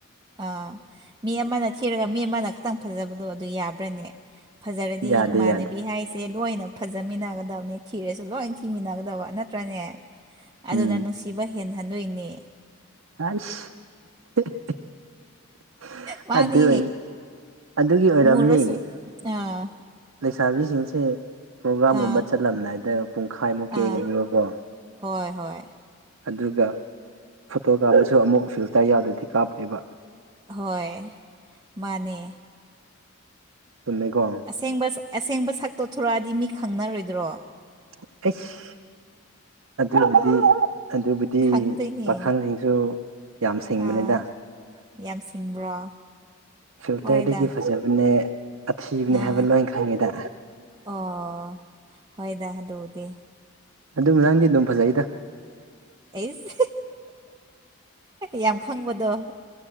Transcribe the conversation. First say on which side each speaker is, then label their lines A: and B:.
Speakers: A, on the right (about 20°); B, on the right (about 75°).
A: ꯑꯥ ꯃꯤ ꯑꯃꯅ ꯊꯤꯔꯒ ꯃꯤ ꯑꯃꯅ ꯈꯠꯇꯪ ꯐꯖꯕꯗꯨ ꯑꯗꯨ ꯌꯥꯕ꯭ꯔꯅꯦ ꯐꯖꯔꯗꯤ
B: ꯌꯥꯗꯦ
A: ꯏꯃꯥꯟꯅꯕꯤ
B: ꯌꯥꯗꯦ
A: ꯍꯥꯏꯁꯤ ꯗꯤ ꯂꯣꯏꯅ ꯐꯖꯃꯤꯟꯅꯒꯗꯕꯅꯤ ꯊꯤꯔꯁꯨ ꯂꯣꯏꯟ ꯊꯤꯃꯤꯟꯅꯒꯗꯕ ꯅꯠꯇ꯭ꯔꯅꯦ ꯑꯗꯨꯅ
B: ꯎꯝ
A: ꯅꯨꯡꯁꯤꯕ ꯍꯦꯟꯍꯟꯗꯣꯏꯅꯦ
B: ꯑꯥꯏꯁ <unintelligible>
A: ꯃꯥꯅꯦ
B: ꯑꯗꯨ ꯑꯣꯏ ꯑꯗꯨꯒꯤ ꯑꯣꯏꯔꯝꯅꯤ
A: ꯃꯨꯔꯁꯨ ꯑꯥ
B: ꯂꯩꯁꯥꯕꯤꯁꯤꯡꯁꯦ ꯄ꯭ꯔꯣꯒꯥ꯭ꯔꯥꯝꯒꯨꯝꯕ
A: ꯑꯥ
B: ꯆꯠꯂꯝꯗꯥꯏꯗ ꯄꯨꯡꯈꯥꯏꯃꯨꯛ ꯀꯦꯒꯅꯤꯕꯀꯣ
A: ꯑꯥ ꯍꯣꯏ ꯍꯣꯏ
B: ꯑꯗꯨꯒ ꯐꯣꯇꯣ ꯀꯥꯞꯄꯁꯨ ꯑꯃꯨꯛ ꯐꯤꯜꯇꯔ ꯌꯥꯎꯗ꯭ꯔꯗꯤ ꯀꯥꯞꯄꯣꯏꯕ
A: ꯍꯣꯏ ꯃꯥꯅꯦ
B: ꯆꯨꯝꯃꯦꯀꯣ
A: ꯑꯁꯦꯡꯕ ꯑꯁꯦꯡꯕ ꯁꯛꯇꯣ ꯊꯣꯔꯛꯑꯗꯤ ꯃꯤ ꯈꯪꯅꯔꯣꯏꯗ꯭ꯔꯣ
B: ꯑꯩꯁ ꯑꯗꯨꯕꯨꯗꯤ ꯑꯗꯨꯕꯨꯗꯤ
A: ꯈꯪꯗꯣꯏꯅꯦ
B: ꯄꯥꯈꯪꯁꯤꯡꯁꯨ ꯌꯥꯝ ꯁꯤꯡꯕꯅꯤꯗ
A: ꯑꯥ ꯌꯥꯝ ꯁꯤꯡꯕ꯭ꯔꯣ
B: ꯐꯤꯜꯇꯔꯗꯒꯤ
A: ꯍꯣꯏꯗ
B: ꯐꯖꯕꯅꯦ ꯑꯊꯤꯕꯅꯦ
A: ꯑꯥ
B: ꯍꯥꯏꯕ ꯂꯣꯏ ꯈꯪꯉꯦꯗ꯫
A: ꯑꯣ ꯍꯣꯏꯗ ꯑꯗꯨꯗꯤ꯫
B: ꯑꯗꯨ ꯅꯪꯗꯤ ꯑꯗꯨꯝ ꯐꯖꯩꯗ
A: ꯉꯔꯥꯡꯗꯤ ꯑꯗꯨꯝ ꯐꯖꯩꯗ꯫ ꯑꯩꯁ ꯌꯥꯝ ꯈꯪꯕꯗꯣ꯫